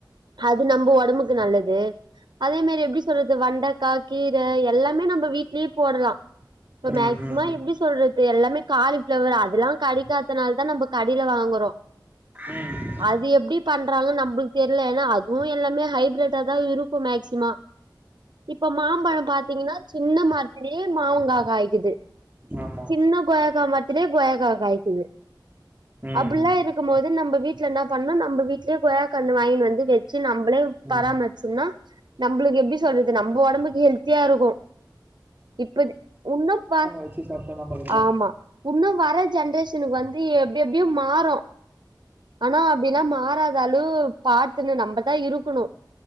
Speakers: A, on the right (about 65°); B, on the right (about 20°).
A: அது நம்போ ஒடம்புக்கு நல்லது அதே மேரி எப்டி சொல்றது வண்டக்கா கீர எல்லாமே நம்ப வீட்லயே போடலா இப்ப
B: ம்
A: மேக்சிமா
B: ம்
A: எப்டி சொல்ற எல்லாமே காலிஃப்ளவர் அதல்லா கடிக்காதத்தனால தா நம்மோ கடையில வாங்குறோ
B: ம்
A: அது எப்டி பண்றாங்கனு நம்பளுக்கு தெரியில ஏன்னா அதுவும் எல்லாமே ஹைப்ரட தா இருக்கும் மேக்சிமா இப்ப மாம்பழம் பாத்தீங்கன்னா சின்ன மரத்திலயே மாவுங்கா காய்க்குது
B: ஆமா
A: சின்ன கொய்யக்கா மரத்திலேயே கொய்யாக்கா காய்க்குது
B: ம்
A: அப்டிலா இருக்கும் போது நம்ப வீட்ல நா பண்ணோ நம்ப வீட் டுலயே கொய்யாக்கா கண்ணு வாங்கின் வந்து வெச்சி நம்பளே
B: ம்
A: பராமரிச்சோம்னா நம்பளுக்கு எப்டி சொல்றது நம்ப ஒடம்புக்கு ஹெல்தியா இருக்கோ இப்பதிக் உன்னு பா
B: கச்சி சாப்டா நம்பள
A: ஆமா உன்னு வர ஜென்ரேஷனுக்கு வந்து எப்டி எப்டியோ மாறோ ஆனா அப்டின்னா மாறாத அளவு பாத்துக்கன்னு நம்ம அத இருக்கணு